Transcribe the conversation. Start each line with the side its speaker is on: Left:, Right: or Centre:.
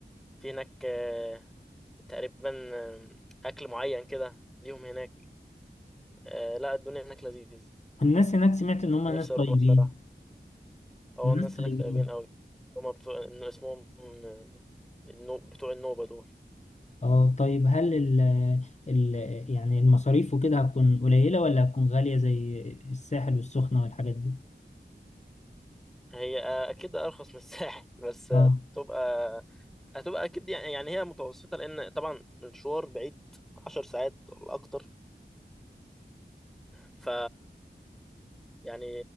Centre: في هناك آه، تقريبا آه، أكل معين كده ليهم هناك آه لا الدنيا هناك لذيذ
Left: الناس هناك سمعت ان هم
Centre: نفسي
Left: ناس طيبين
Centre: اروح صراحة اه
Left: الناس
Centre: الناس
Left: طيبين
Centre: هناك طيبين قوي هما بتوع انه اسمهم آه، النو... بتوع النوبة دول
Left: اه طيب هل ال... ال... يعني المصاريف وكده هتكون قليله ولا هتكون غاليه زي الساحل والسخنه والحاجات دي
Centre: هي آه، اكيد ارخص من <laughs> الساحل بس هتبقى
Left: اه
Centre: هتبقى اكيد يعني يعني هي متوسطة لان طبعا مشوار بعيد عشر ساعات ولا اكتر ف يعني